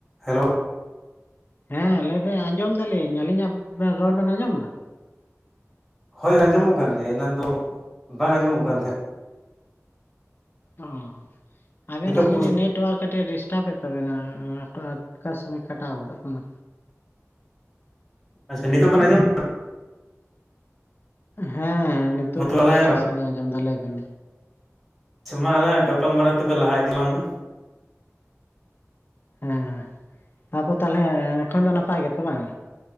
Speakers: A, in the centre; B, on the left.
A: Hello
B: ᱦᱮᱸ ᱞᱟᱹᱭᱫᱟᱹᱧ ᱟᱸᱡᱚᱢ ᱫᱟᱞᱤᱧ ᱟᱹᱞᱤᱧᱟᱜ ᱨᱚᱲ ᱵᱮᱱ ᱟᱸᱡᱚᱢᱫᱟ
A: ᱦᱳᱭ ᱟᱸᱡᱚᱢᱚᱜ ᱠᱟᱱ ᱜᱮᱭᱟ ᱮᱱᱟᱱ ᱫᱚ ᱵᱟᱝ ᱟᱸᱡᱚᱢᱚᱜ ᱠᱟᱱ ᱛᱟᱦᱮᱸᱫ
B: ᱚ ᱟᱵᱮᱱᱟᱜ
A: ᱱᱤᱛᱚᱜ
B: ᱡᱟᱱᱤᱡ
A: ᱯᱩᱥ
B: ᱱᱮᱴ ᱴᱟᱣᱟᱨ ᱠᱟᱹᱴᱤᱡ ᱰᱤᱥᱴᱟᱵᱮᱫ ᱛᱟᱵᱮᱱᱟ ᱚᱠᱟ, ᱚᱠᱟ ᱥᱚᱢᱚᱭ ᱠᱟᱴᱟᱣ ᱜᱚᱫᱚᱜ ᱠᱟᱱᱟ
A: ᱟᱪᱪᱷᱟ ᱱᱤᱛᱚᱜ ᱵᱚᱱ ᱟᱸᱡᱚᱢᱮᱜ
B: ᱦᱮᱸ ᱱᱤᱛᱚᱜ
A: ᱢᱟ ᱛᱚᱵᱮ
B: ᱫᱚ
A: ᱟᱞᱟᱝᱟᱜ
B: ᱯᱩᱥᱴᱟᱹᱣ ᱥᱟᱺᱦᱤᱡ ᱞᱤᱧ ᱟᱡᱚᱢᱫᱟ ᱞᱟᱭ ᱵᱤᱱ
A: ᱟᱪᱷᱟ ᱢᱟ ᱟᱞᱟᱝᱟᱜ ᱜᱟᱯᱟᱞᱢᱟᱨᱟᱣ ᱛᱚᱵᱮ ᱞᱟᱦᱟ ᱤᱫᱤᱞᱟᱝ ᱢᱮ
B: ᱦᱮᱸᱻ ᱛᱟᱯᱚᱨ ᱛᱟᱦᱞᱮ ᱮᱠᱷᱚᱱ ᱫᱚ ᱱᱟᱯᱟᱭ ᱜᱮᱛᱚ ᱵᱟᱝ